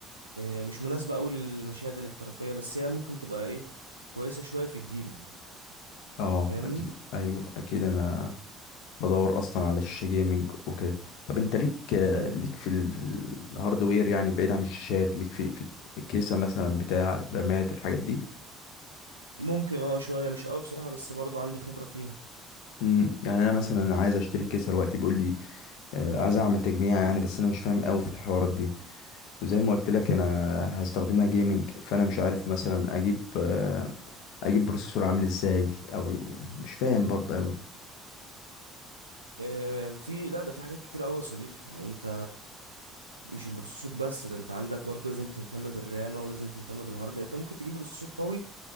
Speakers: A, on the right; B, on the left.
A: إيه، مش مناسبة أوي للمشاهد الاحترافية بس هي ممكن تبقى إيه كويسة شوية في الجيمنج
B: اه
A: فاهمني
B: اكيد ايوه اكيد انا بدور اصلا على شاشه جيمنج وكده طب انت ليك ليك في, ال... في الهاردوير يعني بعيد عن الشاشات ليك في في الكيسه مثلا بتاع الرامات الحاجات دي
A: ممكن اه شوية مش أوي بصراحة بس برضو عندي خبرة فيها
B: امم يعني انا مثلا عايز اشتري كيسه دلوقتي بيقول لي آه، عايز اعمل تجميع يعني بس انا مش فاهم قوي في الحوارات دي وزي ما قلت لك انا هستخدمها جيمنج فانا مش عارف مثلا اجيب آه، اجيب بروسيسور عامل ازاي او مش فاهم برضه قوي
A: آه، في لا ده في حاجات كتير قوي يا صديقي يعني انت مش البروسيسور بس ده انت عندك برضه لازم تهتم بالرامة ولازم تهتم بالهارد انت ممكن تجيب بروسيسور قوي